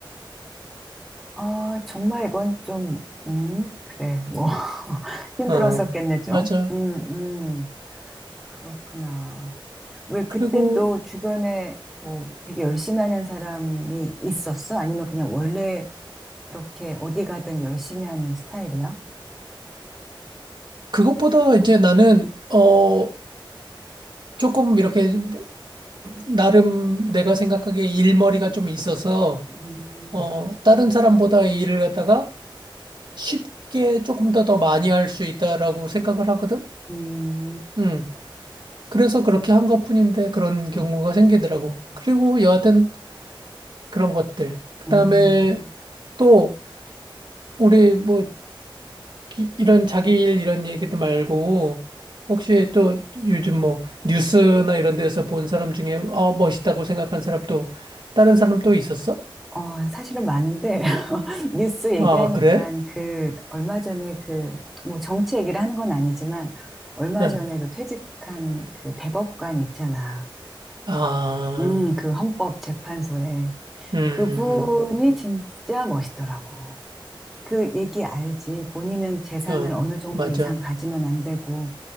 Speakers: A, in the centre; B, on the right (about 60°).
A: 아, 정말 이건 좀, 음, 그래, 뭐, <laughs> 힘들었었겠네,
B: 어,
A: 좀.
B: 맞아.
A: 음, 음, 그렇구나. 왜 그때
B: 그리고
A: 또 주변에 뭐 되게 열심히 하는 사람이 있었어? 아니면 그냥 원래 그렇게 어디 가든 열심히 하는 스타일이야?
B: 그것보다 이제 나는, 어, 조금 이렇게 나름 내가 생각하기에 일머리가 좀 있어서
A: 음,
B: 어, 다른 사람보다 일을 갖다가 쉽게 조금 더 더 많이 할 수 있다라고 생각을 하거든.
A: 음,
B: 음. 그래서 그렇게 한 것뿐인데 그런
A: 음,
B: 경우가 생기더라고.
A: 음,
B: 그리고 여하튼 그런 것들. 그다음에
A: 어.
B: 또 우리 뭐 기- 이런 자기 일 이런 얘기도 말고 혹시 또 요즘 뭐 뉴스나 이런 데서 본 사람 중에 아 멋있다고 생각한 사람 또 다른 사람 또 있었어?
A: 어, 사실은 많은데, <laughs> 뉴스 얘기하니까
B: 아, 그래?
A: 그, 얼마 전에 그, 뭐 정치 얘기를 하는 건 아니지만, 얼마
B: 응.
A: 전에 그 퇴직한 그 대법관 있잖아.
B: 아,
A: 음, 그 헌법재판소에.
B: 음,
A: 그분이
B: 음,
A: 진짜 멋있더라고. 그 얘기 알지. 본인은 재산을
B: 음. 어,
A: 어느 정도
B: 맞아.
A: 이상 가지면 안 되고,